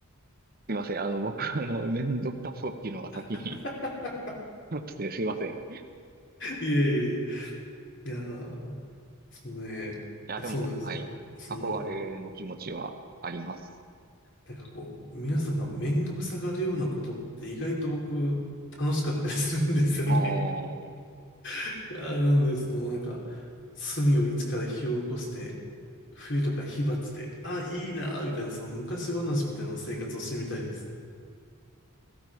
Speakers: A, on the right; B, on the left.
A: すいません。あの、僕、あの、めんどくさそうっていうのが先に、
B: <laughs>
A: <laughs> ってすいません。い
B: いえいえいえ、いやー、そうね、
A: や、でも、
B: そうなんですよ。
A: はい。
B: その、
A: 憧れの気持ちはあります。
B: なんかこう、皆さんがめんどくさがるようなことって意外と僕楽しかったりするんですよね。
A: ああ、そ
B: <laughs> いやーなので、そのなんか、炭を一から火を起こして、冬とか火鉢で、あ、いいなーみたいな、その昔話みたいな生活をしてみたいです。